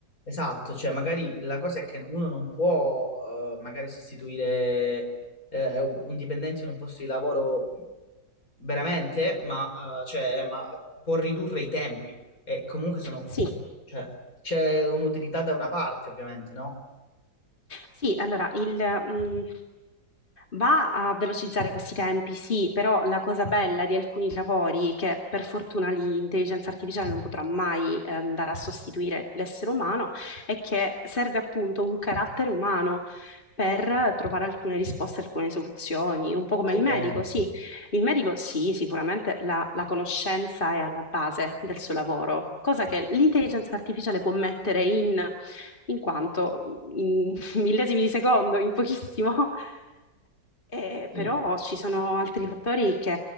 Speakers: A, on the left; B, on the left.
A: Esatto, cioè magari la cosa è che uno non può eh, magari sostituire eh, eh, un dipendente in un posto di lavoro veramente, ma, eh, cioè, eh, ma può ridurre i tempi e comunque sono,
B: Sì,
A: cioè, c'è un'utilità da una parte ovviamente, no?
B: Sì, allora il, mh, va a velocizzare questi tempi, sì, però la cosa bella di alcuni lavori, che per fortuna l'intelligenza artificiale non potrà mai eh, andare a sostituire l'essere umano, è che serve appunto un carattere umano. Per trovare alcune risposte, alcune soluzioni, un po' come
A: Assolutamente.
B: il medico, sì. Il medico, sì, sicuramente la, la conoscenza è alla base del suo lavoro, cosa che l'intelligenza artificiale può mettere in in quanto in, millesimi di secondo in pochissimo, <laughs> Eh,
A: Sì.
B: però ci sono altri fattori che